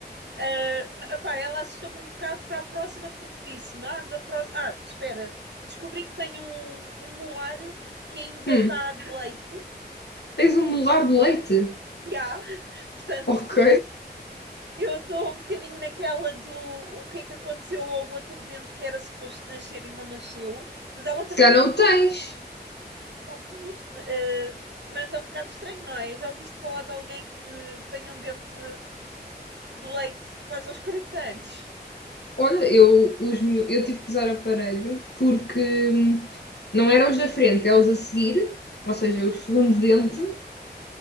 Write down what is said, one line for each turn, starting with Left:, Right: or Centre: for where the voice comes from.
Right: Ah, epá, ela assustou-me um bocado para a próxima porque disse-me: ah, da pró- ah, espera, descobri que tenho um, um molar que ainda
Left: Hum,
Right: está de leite.
Left: tens um molar de leite?
Right: E há, <laughs> portanto,
Left: Ok.
Right: eu estou um bocadinho naquela do o que é que aconteceu ao outro dente que era suposto nascer e não nasceu, mas ela também
Left: Se calhar
Right: não
Left: não
Right: me
Left: o
Right: falou.
Left: tens.
Right: Pá, pois, eh, mas é um bocado estranho, não é? Já ouviste falar de alguém que tenha um dente de leite quase aos 40 anos?
Left: Olha, eu, os, meu- eu tive que usar aparelho porque hum, não eram os da frente, é os a seguir, ou seja, o segundo dente.